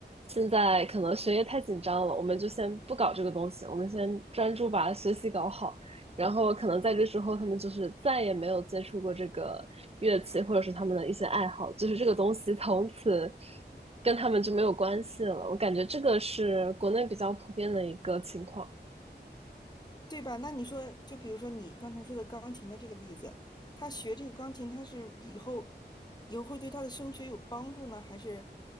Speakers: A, on the right; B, on the left.
A: 现在可能学业太紧张了，我们就先不搞这个东西，我们先专注把学习搞好。然后可能在这之后，他们就是再也没有接触过这个乐器，或者是他们的一些爱好，就是这个东西从此跟他们就没有关系了。我感觉这个是国内比较普遍的一个情况。
B: 对吧？那你说，就比如说你刚才说的钢琴的这个例子，他学这个钢琴，他是以后以后会对他的升学有帮助呢，还是